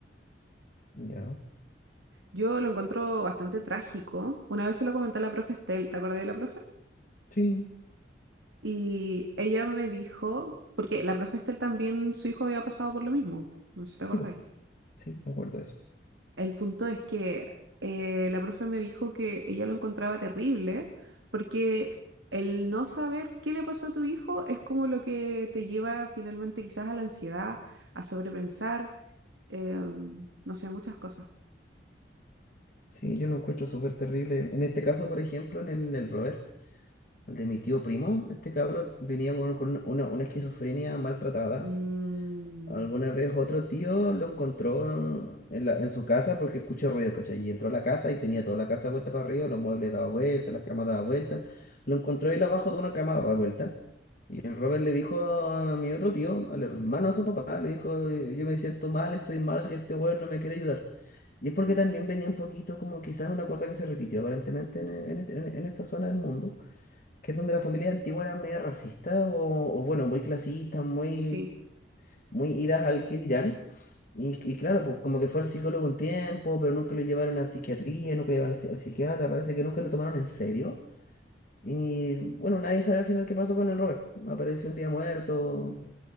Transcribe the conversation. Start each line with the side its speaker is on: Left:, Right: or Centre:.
Left: ya.
Right: Yo lo encuentro bastante trágico. Una vez se lo comenté a la profe Estel, ¿te acordás de la profe?
Left: Sí,
Right: Y ella me dijo, porque la profe Estel también, su hijo había pasado por lo mismo, no sé si te acordáis.
Left: sí, po, sí, me acuerdo de eso.
Right: El punto es que eh, la profe me dijo que ella lo encontraba terrible porque el no saber qué le pasó a tu hijo es como lo que te lleva finalmente quizás a la ansiedad, a sobrepensar, em, no sé, muchas cosas.
Left: Sí, yo lo encuentro súper terrible. En este caso, por ejemplo, en el, el Robert, el de mi tío primo, este cabro venía con, con una, una esquizofrenia maltratada
Right: Mm,
Left: Alguna vez otro tío lo encontró en, la- en su casa porque escuchó ruido, ¿cachai? Y entró a la casa y tenía toda la casa vuelta para arriba, los muebles daba vuelta, las camas daba vuelta. Lo encontró él abajo de una cama dada vuelta. Y el Robert le dijo a mi otro tío, al hermano de su papá, le dijo, "Eh, yo me siento mal, estoy mal, que este weón no me quiere ayudar. Y es porque también venía un poquito como quizás una cosa que se repitió aparentemente en, en este- en- en esta zona del mundo, que es donde las familias antiguas eran media racistas o, o, bueno, muy clasistas, muy,
Right: sí.
Left: muy idas al que dirán. Y, y claro, pues como que fue al psicólogo un tiempo, pero nunca lo llevaron a psiquiatría, nunca lo llevaron al, psi- al psiquiatra, parece que nunca lo tomaron en serio. Y bueno, nadie sabe al final qué pasó con el Robert. Apareció un día muerto,